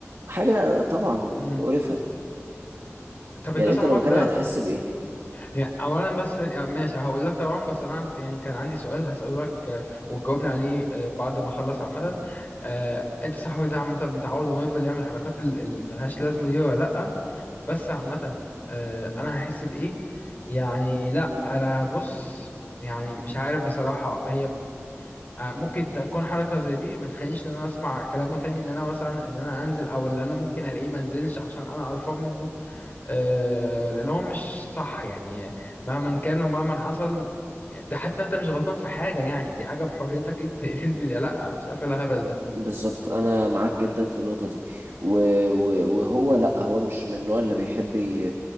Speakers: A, on the right (about 70°); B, on the left (about 40°).
A: حاجة طبعا
B: امم
A: مقرفة
B: طب انت
A: يعني
B: صاحبك
A: انت لو مكاني
B: ده
A: هتحس بإيه
B: يعني اولا بس يعني ماشي هقول لك طبعا بس انا عايز يعني كان عندي سؤال هسأله لك آه، وتجاوبني عليه آه، بعد ما اخلص عامه آه، انت صاحبك ده عامه متعود انه يفضل يعمل الحركات اللي ملهاش لازمه دي ولا لا بس عامه آه، انا هحس بايه يعني لا انا بص يعني مش عارف بصراحه هي آه، ممكن تكون حركه زي دي ما تخلينيش ان انا اسمع كلامه تاني ان انا مثلا ان انا انزل او ان انا ممكن الاقيه ما انزلش عشان انا قرفان منه آه، اللي هو مش صح يعني مهما كان ومهما حصل يعني ده حتى انت مش غلطان في حاجة يعني دي حاجة بحريتك انت <laughs> تنزل يا لا مش عارف ايه الهبل ده
A: بالظبط انا معاك جدا في النقطه دي و... و... وهو لا هو مش من النوع اللي بيحب ي...